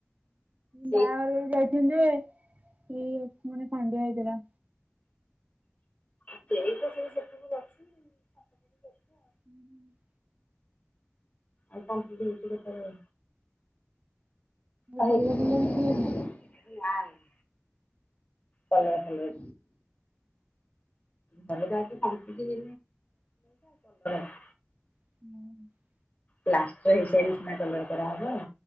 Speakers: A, on the left; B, on the right.
A: ସେଇ
B: ବାହାଘର ଯାଇଥିଲି ଯେ ଇ ମାନେ ଖଣ୍ଡିଆ ହେଇଥିଲା।
A: ସେଇତ ସେଇ ସେତିକିରୁ ଅଛି। <unintelligible>
B: ଉଁ ହୁଁ।
A: ଆଉ କମ୍ପ୍ଲିଟ୍ ହେଇଚି କେତେବଳେ। ଆଉ।
B: କଲର
A: <unintelligible>
B: ଫଲର କିଛି ହେଇନି?
A: କଲର୍ ଫଳର ଘର ତ ଆଜି। <unintelligible>
B: <unintelligible>
A: ପ୍ଲାଷ୍ଟର ହେଇସାରିଲେ ସିନା କଲର କରାହବ।